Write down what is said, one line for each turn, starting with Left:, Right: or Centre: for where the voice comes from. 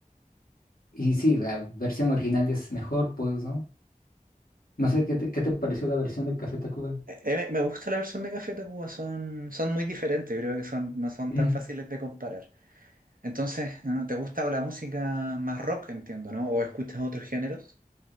Left: Y sí, la versión original es mejor, pues, ¿no? No sé qué te, qué te pareció la versión de Café Tacuba.
Right: Eh, eh, me me gusta la versión de Café Tacuba, son, son muy diferentes, creo que son, no son
Left: Ujú.
Right: tan fáciles de comparar. Entonces, ¿no? ¿te gusta la música más rock, entiendo, ¿no? ¿O escuchas otros géneros?